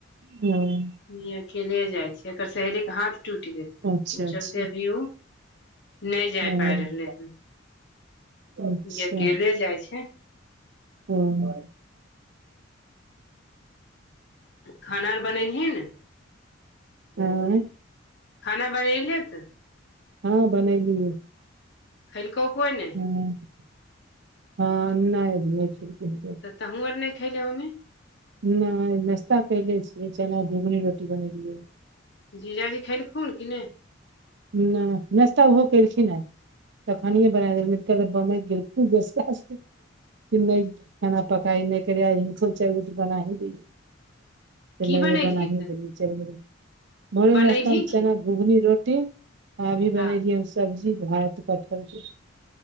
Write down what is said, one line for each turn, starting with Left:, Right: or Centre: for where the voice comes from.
Right: हुँ
Left: ई अकेले जाइ छै। एकर सहेलीके हाथ टुटि गेल
Right: अच्छा
Left: उ
Right: अच्छा
Left: चलते अभी उ नय जाय
Right: हँ
Left: पा रहलै हन।
Right: अच्छा
Left: ई अकेले जाइ छै।
Right: हँ
Left: खाना आर बनेलही ने।
Right: आँय
Left: खाना बडेलै तऽ
Right: हँ बनैलियै।
Left: खैलकौ कोइ नय
Right: हँ नय नय खैलकै हन कोइ।
Left: तहुँ आर नय खैले होइमी।
Right: नय नाश्ता कैले छियै। चनाके घूघनी रोटी बनैलियै।
Left: जीजाजी खैलखुन कि नय।
Right: नय नस्ता ओहो कैलखिने। तखनिये बनाय देल <unintelligible> बमैक गेलखुन जे साँझे कि नय खाना पकाइ नय कर आइ हिनको ले चारिगो रोटी बना ही दैय छियै। तऽ
Left: की
Right: लगले
Left: बनेलही
Right: बना ही
Left: तऽ
Right: देलियै। भोरे
Left: बनेलही
Right: नाश्ता मे
Left: की
Right: चनाके घुघनी रोटी। आ अभी बनेलियै
Left: हँ
Right: हन सब्जी भात कटहरके।